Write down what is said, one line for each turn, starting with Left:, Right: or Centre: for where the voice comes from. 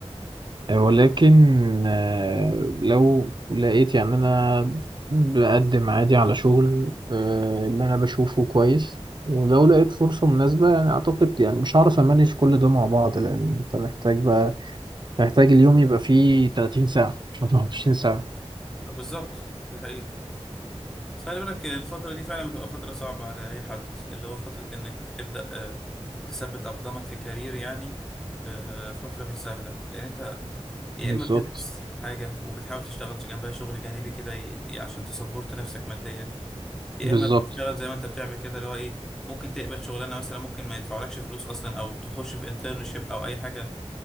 Right: آه، ولكن آه، لو لقيت يعني انا بقدم عادي على شغل آه، اللي انا بشوفه كويس ولو لقيت فرصة مناسبة يعني اعتقد يعني مش هعرف امانج كل ده مع بعض لان انت محتاج بقى هيحتاج اليوم يبقى فيه 30 ساعة مش 24 ساعة
Centre: بالظبط دي حقيقة بس خلي بالك الفترة دي فعلا بتبقى فترة صعبة على أي حد اللي هو فترة إنك بتبدأ آه، تثبت أقدامك في كارير يعني آه، فترة مش سهلة لأن أنت يا
Right: بالظبط
Centre: إما بتدرس حاجة وبتحاول تشتغل جنبها شغل جانبي كده ي- ي- عشان تسبورت نفسك ماديا يا
Right: بالظبط
Centre: إما بتشتغل زي ما أنت بتعمل كده اللي هو إيه ممكن تقبل شغلانة مثلا ممكن ما يدفعولكش فلوس أصلا أو تخش في انترنشيب أو أي حاجة